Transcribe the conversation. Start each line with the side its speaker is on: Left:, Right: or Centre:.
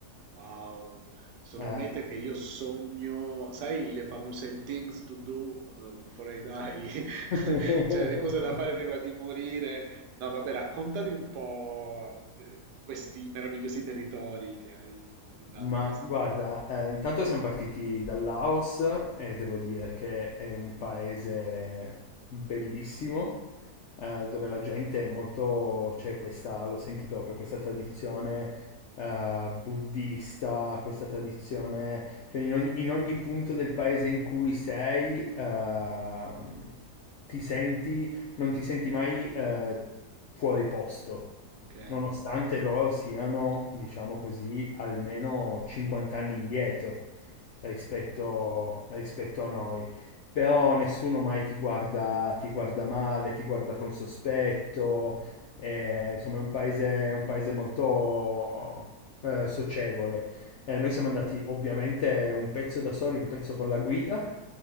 Right: Wow, sono
Left: Eh.
Right: mete che io sogno, sai, le famose things to do uh, before I die, <laughs>
Left: <laughs>
Right: cioè le cose da fare prima di morire. No, vabbè, raccontami un po' eh, questi meravigliosi territori che hai visitato,
Left: Ma
Right: come è stato?
Left: guarda, eh, intanto siamo partiti dal Laos e devo dire che è un paese bellissimo, eh, dove la gente è molto, c'è questa, lo senti proprio, questa tradizione eh, buddista, questa tradizione, cioè in ogni, in ogni punto del paese in cui sei, eh, ti senti, non ti senti mai eh, fuori posto
Right: Ok,
Left: nonostante loro siano, diciamo così, almeno 50 anni indietro rispetto, rispetto a noi. Però nessuno mai ti guarda, ti guarda male, ti guarda con sospetto, eh, insomma è un paese, è un paese molto eh, socievole. Eh, noi siamo
Right: ok,
Left: andati ovviamente un pezzo da soli, un pezzo con la guida,